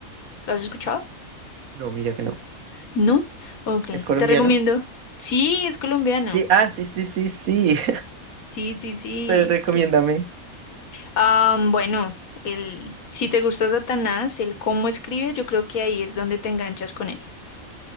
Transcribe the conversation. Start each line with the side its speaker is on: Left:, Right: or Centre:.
Left: ¿Lo has escuchado?
Right: No, mira que no.
Left: ¿No? Ok,
Right: ¿Es colombiano?
Left: te recomiendo. Sí, es colombiano.
Right: Sí, ah, sí, sí, sí, sí. <laughs>
Left: Sí, sí, sí.
Right: Pero recomiéndame.
Left: Eh, am, bueno, el, si te gusta Satanás, el cómo escribe, yo creo que ahí es donde te enganchas con él.